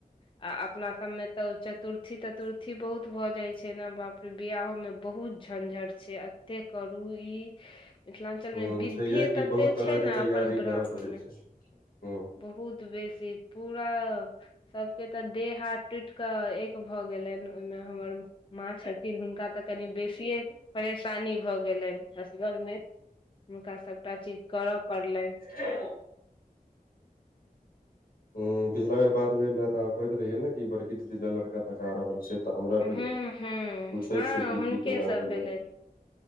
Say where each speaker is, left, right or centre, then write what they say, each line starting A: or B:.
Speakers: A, on the left (about 35°); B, on the left (about 70°).
A: आ अपना सब में तऽ चतुर्थी ततुर्थी बहुत भऽ जाय छै नऽ बाप बिियाह में बहुत झंझट छै एते करू ई मिथिलाञ्चल
B: हूँ
A: मे बिद्धि
B: छैहे कि
A: तते
B: बहुत तरह
A: छै
B: के
A: ने
B: तैयारी
A: अपन ब्राह्मण
B: करऽ पड़ै
A: मे
B: छै हूँ
A: बहुत बहुत बेसी पूरा सभके तऽ देह हाथ टुटि कऽ एक भ। गेलनि ओहिमे हमर। माँ छथिन हुनका तऽ कनि बेसी परेशानी भऽ गेलनि। असगरमे। हुनका सभटा चीज करय पड़लनि।
B: ह। ह पिछला बेर बात भेल रहे तऽ कहैत रहियै ने कि बड़की लड़का तका रहल छै। तऽ हमरा
A: हूँ
B: भेल पूछै
A: हूँ हँ
B: छी। कि
A: हुनके
B: की केना
A: सब
B: भेलै।
A: भेलनि